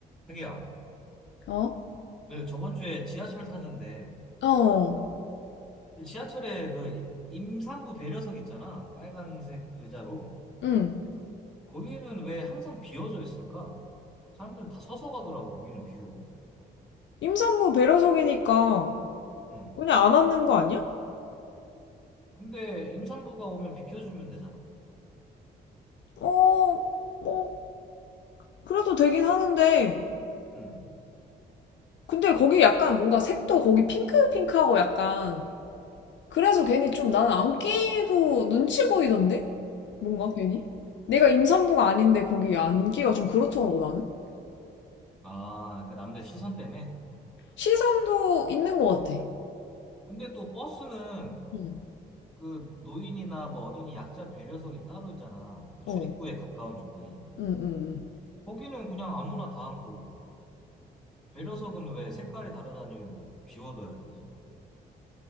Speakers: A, in the centre; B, on the left.
A: 자기야,
B: 어?
A: 그 저번 주에 지하철 탔는데,
B: 어,
A: 그 지하철에 그 임산부 배려석 있잖아. 빨간색 의자로.
B: 응.
A: 거기는 왜 항상 비어져 있을까? 사람들 다 서서 가더라고, 거기는 비우고.
B: 임산부 배려석이니까
A: 응.
B: 그냥 안 앉는 거 아니야?
A: 근데 임산부가 오면 비켜주면 되잖아.
B: 어, 뭐, 그래도 되긴 하는데.
A: 응.
B: 근데 거기 약간 뭔가 색도 거기 핑크핑크하고 약간. 그래서 괜히 좀 나는 앉기도 눈치 보이던데? 뭔가 괜히? 내가 임산부가 아닌데 거기 앉기가 좀 그렇더라고 나는.
A: 아, 그러니까 남들 시선 때문에.
B: 시선도 있는 것 같아.
A: 근데 또 버스는
B: 응,
A: 그 노인이나 뭐 어린이 약자 배려석이 따로 있잖아. 그 출입구에
B: 어,
A: 가까운 쪽이.
B: 응, 응, 응.
A: 거기는 그냥 아무나 다 앉고. 배려석은 왜 색깔이 다르다는 이유로 비워둬야 되지?